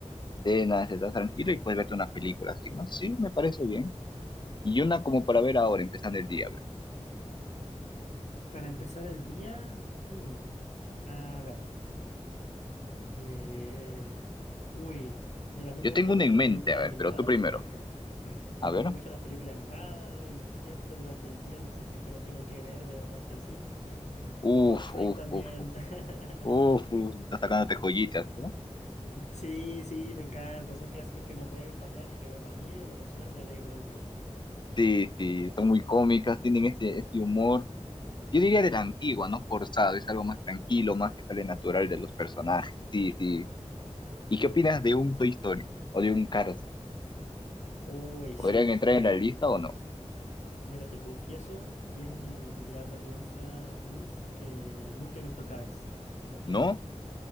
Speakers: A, on the left; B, on the left.
A: cenas, estás tranquilo y puedes verte unas películas así, ¿no? Sí, me parece bien. Y una como para ver ahora, empezando el día, a ver.
B: Para empezar el día, mm, a ver, eh, uy, mira, a mí me
A: Yo
B: gustan
A: tengo una
B: mucho
A: en
B: las
A: mente,
B: películas
A: a ver,
B: animadas,
A: pero tú primero.
B: <laughs>
A: A
B: me
A: ver.
B: gustan mucho las películas animadas y siempre durante el día, no sé si es que no tengo que ver, veo Monsters Inc. <laughs>
A: Uf,
B: o veo Shrek
A: uf,
B: también.
A: uf.
B: <laughs>
A: Uf, uf, está sacándote joyitas, ¿no?
B: Sí, sí, me encanta. Son clásicos que no pueden fallar y que, bueno, a mí en lo personal me alegran el día.
A: Sí, sí, son muy cómicas, tienen este, este humor, yo diría de la antigua, no forzado, es algo más tranquilo, más que sale natural de los personajes, sí, sí. ¿Y qué opinas de un Toy Story o de un Cars?
B: Uy,
A: ¿Podrían
B: sí,
A: entrar
B: mira,
A: en la lista o no?
B: mira, te confieso, y es mi, mi gran vergüenza, Luis, que nunca he visto Cars. <laughs>
A: ¿No?